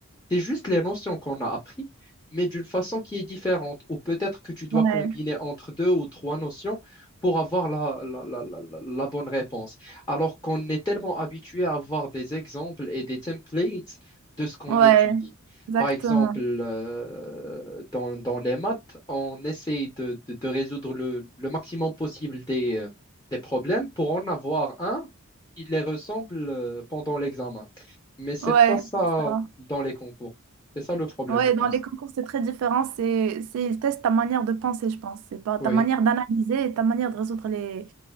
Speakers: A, on the left; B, on the right.
A: c'est juste les notions qu'on a appris, mais d'une façon qui est différente. Ou peut-être que tu dois
B: Ouais,
A: combiner entre deux ou trois notions pour avoir la, la, la, la, la- la bonne réponse. Alors qu'on est tellement habitué à avoir des exemples et des templates de ce qu'on
B: ouais,
A: étudie.
B: exactement.
A: Par exemple, euh, dans, dans les maths, on essaye de, de- de résoudre le, le maximum possible des, euh, des problèmes pour en avoir un qui les ressemble euh, pendant l'examen. Mais c'est
B: Ouais,
A: pas ça
B: c'est ça.
A: dans les concours. C'est ça le problème,
B: Ouais,
A: je pense.
B: dans les concours, c'est très différent. C'est, c'est, ils testent ta manière de penser, je pense. C'est pas
A: Oui,
B: ta manière d'analyser et ta manière de résoudre les